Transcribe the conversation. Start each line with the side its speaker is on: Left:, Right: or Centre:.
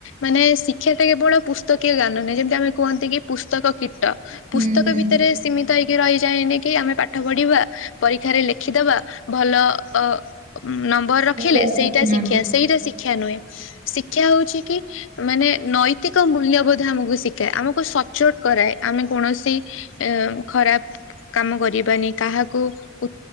Left: ମାନେ ଶିକ୍ଷା ଟା କେବଳ ପୁସ୍ତକୀୟ ଜ୍ଞାନ ନୁହେଁ ଯେମତି ଆମେ କୁହନ୍ତି କି ପୁସ୍ତକ କୀଟ।
Right: ହୁଁ
Left: ପୁସ୍ତକ
Right: ହୁଁ
Left: ଭିତରେ ସୀମି ତ ହେଇକି ରହିଯାଏନି କି ଆମେ ପାଠ ପଢିବା ପରୀକ୍ଷାରେ ଲେଖିଦବା ଭଲ ଅ ନମ୍ବର ରଖିଲେ
Right: ହୁଁ
Left: ସେଇଟା ଶିକ୍ଷ୍ୟା ସେଇଟା ଶି କ୍ଷା ନୁହେଁ ଶିକ୍ଷା ହଉଚି କି ମାନେ ନୈତିକ ମୂଲ୍ୟବୋଧ ଆମକୁ ଶି ଖାଏ ଆମକୁ ସଚୋଟ କରାଏ ଆମେ କୌଣସି ଏ ଖରାପ କାମ କରିବାନି କାହାକୁ ଉ